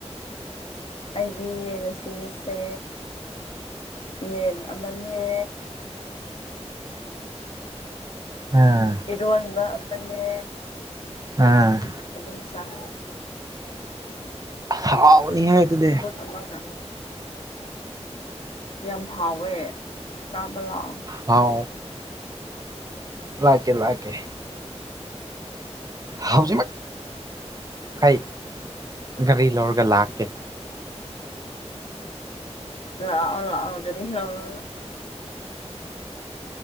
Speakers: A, on the left (about 55°); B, on the right (about 30°).
A: ꯑꯩꯗꯤ ꯌꯦꯟꯁꯤꯁꯦ ꯌꯦꯟ ꯑꯃꯅꯦ꯫
B: ꯑ꯫
A: ꯏꯔꯣꯟꯕ ꯑꯃꯅꯦ꯫
B: ꯑ꯫
A: ꯑꯗꯨꯝ ꯆꯥꯏ꯫
B: ꯍꯥꯎꯔꯅꯤꯍꯦ ꯑꯗꯨꯗꯤ꯫
A: ꯑꯃꯥꯒ꯫ ꯌꯥꯝ ꯍꯥꯎꯋꯦ ꯆꯥꯕ ꯂꯥꯛꯑꯣ꯫
B: ꯍꯥꯎ ꯂꯥꯛꯀꯦ ꯂꯥꯛꯀꯦ꯫ ꯍꯧꯖꯤꯛꯃꯛ ꯑꯩꯩ ꯒꯥꯔꯤ ꯂꯧꯔꯒ ꯂꯥꯛꯀꯦ꯫
A: ꯂꯥꯛꯑꯣ ꯂꯥꯛꯑꯣ ꯒꯥꯔꯤ ꯂꯧꯔꯒ꯫